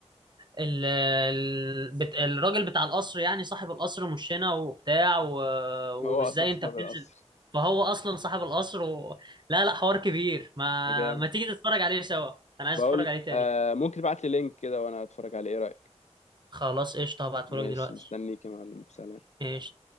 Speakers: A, on the right; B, on the left.
A: ال... ال... بت... الراجل بتاع القصر يعني صاحب القصر مش هنا وبتاع و...
B: هو
A: وازاي
B: أصلا صاحب
A: انت بتنزل
B: القصر
A: فهو اصلا صاحب القصر و... لا لا حوار كبير ما
B: جامد
A: ما تيجي تتفرج عليه سوا انا
B: بقول
A: عايز اتفرج عليه تاني
B: آه ممكن تبعت لي لينك كده وأنا أتفرج عليه إيه رأيك؟
A: خلاص قشطه هبعتهولك
B: ماشي
A: دلوقتي
B: مستنيك يا معلم سلام
A: ايش